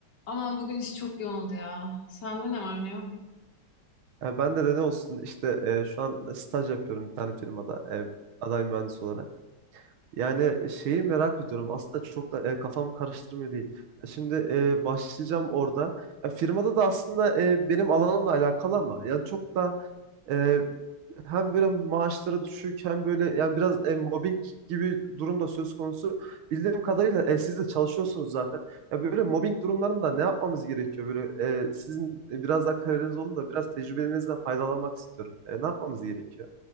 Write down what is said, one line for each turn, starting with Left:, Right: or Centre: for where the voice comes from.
Left: Aman bugün iş çok yoğundu ya. Sende ne var ne yok?
Right: Ya ben de, de ne olsun işte e, şu an staj yapıyorum bir tane firmada e, aday mühendis olarak. Yani şeyi merak ediyorum aslında çok da e, kafam karıştırmıyor değil. Ya Şimdi e, başlayacağım orada. Ya firmada da aslında e, benim alanımla alakalı ama yani çok da e, hem böyle maaşları düşük hem böyle yani biraz e, mobbing gibi durum da söz konusu. Bildiğim kadarıyla e, siz de çalışıyorsunuz zaten. Ya böyle mobbing durumlarında ne yapmamız gerekiyor? Böyle e, sizin e, biraz daha kararınız olun da biraz tecrübenizden faydalanmak istiyorum. E, ne yapmamız gerekiyor?